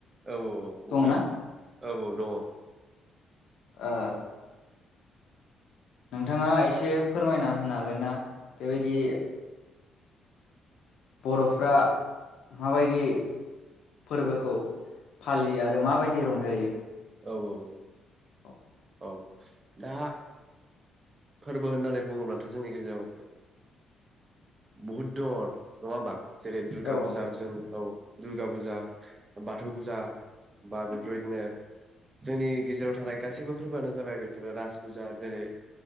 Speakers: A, on the right; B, on the left.
A: औ औ औ बुंदो
B: दङना
A: औ औ दङ
B: ओ नोंथाङा एसे फोरमायना होनो हागोन ना बेबायदि बर'फ्रा माबायदि फोरबोखौ फालियो आरो माबायदि रंजायो
A: औ औ औ
B: औ
A: औ दा फोरबो होननानै बुङोब्लाथ' जोंनि गेजेराव बुहुद दङ नङा होमबा जेरै दुर्गा
B: औ
A: फुजा जों औ दुर्गा फुजा बाथौ फुजा बा बेफोरबायदिनो जोंनि गेजेराव थानाय गासैबो फोरबोआनो जाबाय बेफोरो जाबाय राज फुजा जेरै